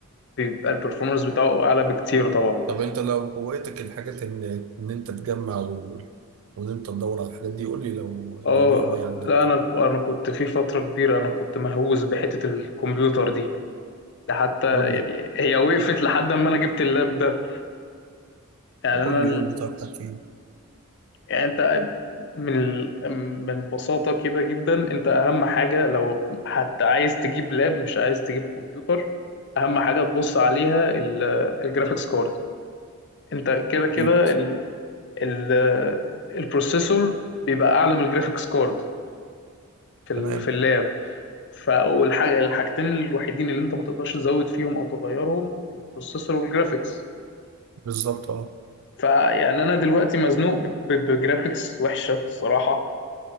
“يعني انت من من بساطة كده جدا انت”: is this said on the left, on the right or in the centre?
Left